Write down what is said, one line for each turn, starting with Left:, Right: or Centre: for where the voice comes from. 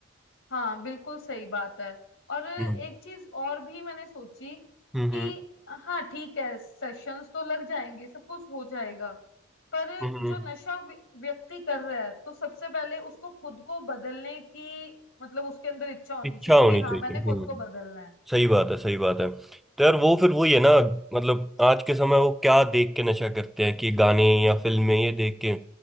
Left: हाँ बिल्कुल सही बात है और एक
Centre: हम्म
Left: चीज और भी मैंने सोची
Centre: हम्म हम्म,
Left: कि हाँ ठीक है सेशंस तो लग जाएंगे सब कुछ हो जाएगा पर
Centre: हम्म। हम्म,
Left: जो नशा व्य- व्यक्ति कर रहा है तो सबसे पहले उसको खुद को बदलने की मतलब उसके अंदर इच्छा होनी
Centre: इच्छा
Left: चाहिए
Centre: होनी
Left: कि हाँ
Centre: चाहिए
Left: मैंने
Centre: हम्म
Left: खुद को बदलना है
Centre: सही बात है सही बात है तो यार वो फिर वही है ना मतलब आज के समय वो क्या देख के नशा करते हैं कि गाने या फिल्में ये देख के